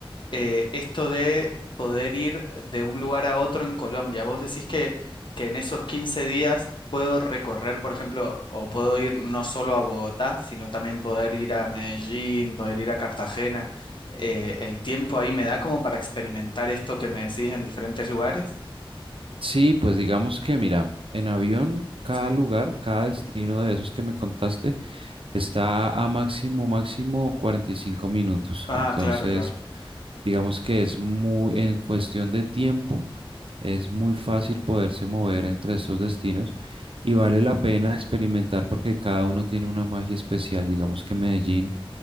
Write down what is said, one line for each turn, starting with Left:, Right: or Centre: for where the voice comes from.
Left: eh, esto de poder ir de un lugar a otro en Colombia. Vos decís que, que en esos 15 días puedo recorrer, por ejemplo, o puedo ir no solo a Bogotá, sino también poder ir a Medellín, poder ir a Cartagena. Eh, ¿el tiempo ahí me da como para experimentar esto que me decís en diferentes lugares?
Right: Sí, pues digamos que mira, en avión cada
Left: Sí.
Right: lugar, cada destino de esos que me contaste Está a máximo, máximo cuarenta y cinco minutos.
Left: Ah,
Right: Entonces,
Left: claro, claro.
Right: digamos que es muy, en cuestión de tiempo, es muy fácil poderse mover entre estos destinos y vale la pena experimentar porque cada uno tiene una magia especial. Digamos que Medellín